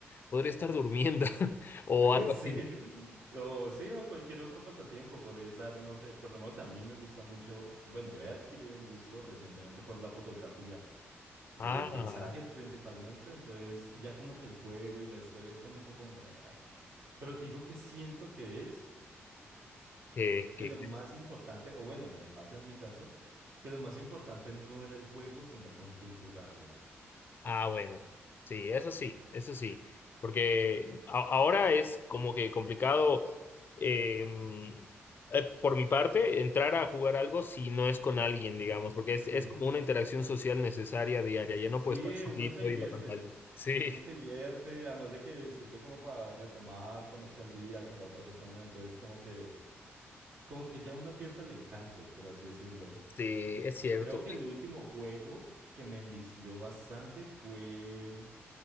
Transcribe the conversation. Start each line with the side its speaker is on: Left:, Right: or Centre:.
Left: podría estar durmiendo <laughs> o
Right: <laughs>
Left: algo
Right: Sí.
Left: así.
Right: O sí, o cualquier otro pasatiempo podría estar, no sé, por lo menos a mí me gusta mucho, bueno, he adquirido un gusto recientemente por la fotografía de
Left: Ah,
Right: paisajes principalmente, entonces ya como que el juego y la historia es como un poco... meh. Pero te digo que siento que es
Left: que, que,
Right: que lo más importante, o bueno, me pasa en mi caso, que lo más importante no era el juego, sino con quién jugarlo.
Left: ah, bueno, sí, eso sí, eso sí, porque a- ahora es como que complicado eh, mm, eh, por mi parte entrar a jugar algo si no es con alguien, digamos, porque es, es
Right: Sí.
Left: como una interacción social necesaria diaria, ya no
Right: Sí,
Left: puedo estar solito
Right: uno se divierte,
Left: y en la pantalla. Sí.
Right: uno se divierte, además de que sirve como para retomar, ponerse al día con la otra persona, entonces como que, como que ya uno pierde el encanto, por así decirlo.
Left: Sí, es cierto.
Right: Creo que el último juego que me envició bastante fue